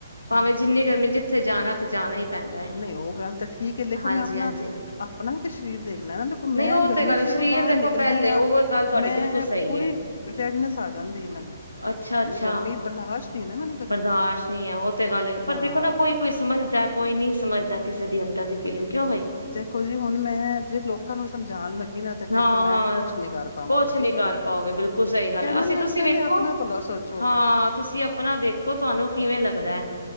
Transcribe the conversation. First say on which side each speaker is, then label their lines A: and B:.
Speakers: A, on the left; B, on the left.
A: ਭਾਵੇਂ
B: ਹਮ
A: ਜਿੰਨੀ ਗਰਮੀ ਜਿੱ ਉੱਥੇ ਜਾਣਾ ਤਾਂ ਤੇ ਜਾਣਾ ਹੀ ਪੈਂਦਾ ਏ
B: ਨਹੀਂ ਉਹ ਗੱਲ ਤਾਂ ਠੀਕ ਹੈ ਦੇਖੋ
A: ਹਾਂਜੀ-ਹਾਂਜੀ
B: ਮੈਂ ਆਪਣਾ ਆਪਣਾ ਤੇ ਵੀ ਸ਼ਰੀਰ ਦੇਖਣਾ ਨਾ ਦੇਖੋ ਮੈਂ
A: ਨਹੀਂ ਉਹ
B: ਗਰਮੀ
A: ਤੇ ਗੱਲ
B: ਚ ਜਦੋਂ
A: ਸਰੀਰ
B: ਬਾਹਰ
A: ਦੇਖੋ
B: ਨਿਕਲਣੀ
A: ਪਹਿਲੇ
B: ਆਂ
A: ਉਹ ਗੱਲ ਤੁਹਾਡੀ
B: ਮੈਂ
A: ਬਿਲਕੁਲ ਸਹੀ
B: ਪੂਰੀ ਰੈਡਨੈਸ ਆ ਜਾਂਦੀ ਹੈ ਮੈਨੂੰ
A: ਅੱਛਾ
B: ਮੈਨੂੰ
A: ਅੱਛਾ
B: ਗਰਮੀ ਬਰਦਾਸ਼ਤ ਨਹੀਂ ਨਾ ਮੈਨੂੰ ਗਰਮੀ
A: ਬਰਦਾਸ਼ਤ ਨਹੀਂ ਹੈ ਉਹ ਤੇ ਗੱਲ ਹੈ ਪਰ
B: ਹਾਂ
A: ਦੇਖੋ ਨਾ ਕੋਈ ਕੋਈ ਸਮਝਦਾ ਕੋਈ ਨਹੀਂ ਸਮਝਦਾ ਕਿਸੇ ਦੀ ਅੰਦਰ ਦੀ ਫੀਲਿੰਗ ਕਿਉਂਈ
B: ਦੇਖੋ ਜੀ ਹੁਣ ਮੈਂ ਜ ਲੋਕਾਂ ਨੂੰ ਸਮਝਾਣ ਲੱਗੀ ਨਾ ਤੇ ਫੇਰ
A: ਹਾਂ
B: ਤੇ ਮੈਂ ਕੁਛ ਨੀ ਕਰ ਪਾਵਾਂਗੀ
A: ਕੁਛ ਨੀ
B: ਠੀਕ
A: ਕਰ
B: ਹੈ ਨਾ
A: ਪਾਓਗੇ ਬਿਲਕੁਲ ਸਹੀ ਗੱਲ
B: ਕਹਿੰਦੇ
A: ਹੈ ਅਸੀਂ
B: ਨੇ
A: ਤੁਸੀਂ
B: ਪਹਿਲੇ
A: ਵੇਖੋ
B: ਆਪਣਾ ਭਲਾ ਸੋਚੋ
A: ਹਾਂ ਤੁਸੀਂ ਆਪਣਾ ਦੇਖੋ ਤੁਹਾਨੂੰ ਕਿਵੇਂ ਲੱਗਦਾ ਹੈ